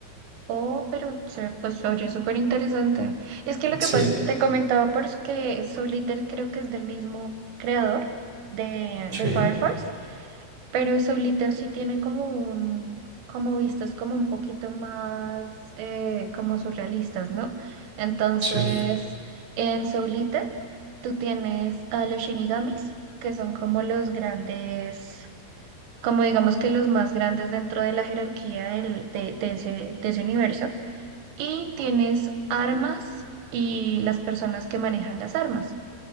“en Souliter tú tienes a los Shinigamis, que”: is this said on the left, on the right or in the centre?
Right